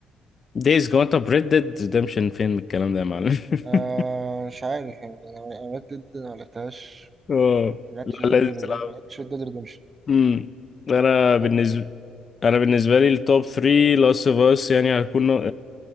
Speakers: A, on the left (about 45°); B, on the right (about 35°).
A: دايز جون طب ريد ديد ريدمشن فين من الكلام ده يا معلم <laughs>
B: آه مش عارف يعني انا أنا ريد ديد ما لعبتهاش
A: اه
B: ما لعبتش
A: لا
B: ريد
A: لازم
B: ديد
A: تلعب
B: ما لعبتش ريد ديد ريدمشن
A: امم انا بالنسبه
B: لعبت
A: انا بالنسبه لي التوب 3 لاست اوف اس يعني هيكون